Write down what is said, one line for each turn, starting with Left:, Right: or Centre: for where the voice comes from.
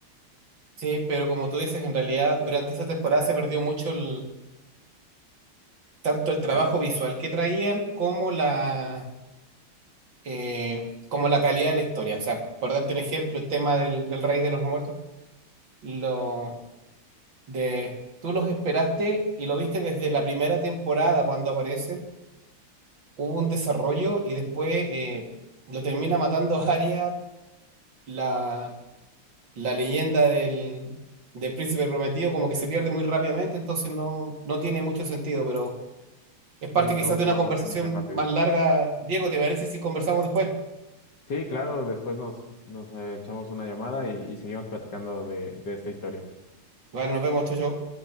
Right: Sí, pero como tú dices, en realidad durante esa temporada se perdió mucho el, tanto el trabajo
Left: Ah,
Right: visual que traían como la, eh, como la calidad de la historia. O sea, por darte un ejemplo, el tema del, del Rey de los No Muertos, lo de, tú los esperaste y lo viste desde la primera temporada cuando aparecen hubo un desarrollo y después eh, lo termina matando <laughs> a Arya, la, la leyenda del, del príncipe prometido, como que se pierde muy rápidamente, entonces no, no tiene mucho sentido, pero es parte
Left: Sí,
Right: quizás
Left: todo se
Right: de una
Left: va
Right: conversación
Left: bastante rápido.
Right: más larga. Diego, ¿te parece si conversamos después?
Left: Sí, claro, después nos, nos eh, echamos una llamada y, y seguimos platicando de de esta historia.
Right: Bueno, nos vemos, chao, chao.